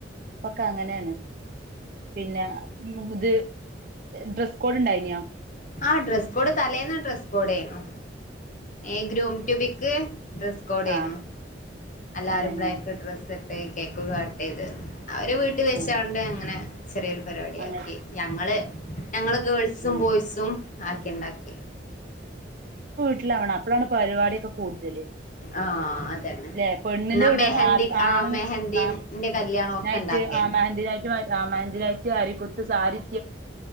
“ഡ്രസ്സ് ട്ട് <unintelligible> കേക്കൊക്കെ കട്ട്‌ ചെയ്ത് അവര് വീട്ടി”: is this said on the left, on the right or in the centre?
Left